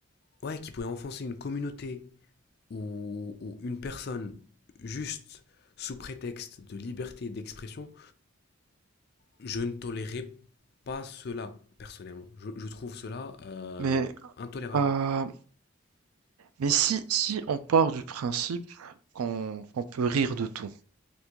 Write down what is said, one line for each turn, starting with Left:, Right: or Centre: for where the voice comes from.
Left: ouais, qui pourraient enfoncer une communauté ou, ou une personne juste sous prétexte de liberté d'expression, Je ne tolérerai pas cela, personnellement. Je, je trouve cela euh,
Right: mais,
Left: intolérable.
Right: euh, mais si, si on part du principe qu'on qu'on peut rire de tout,